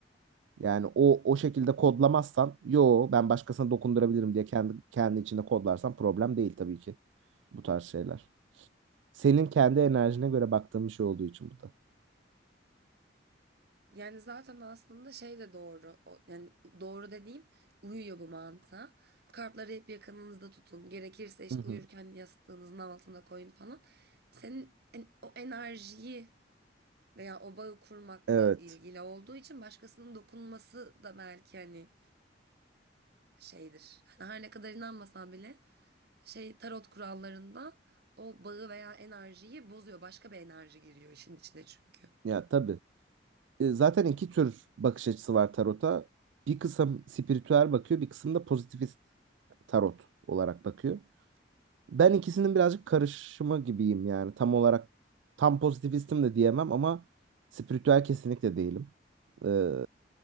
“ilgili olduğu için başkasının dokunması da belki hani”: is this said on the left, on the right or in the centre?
Right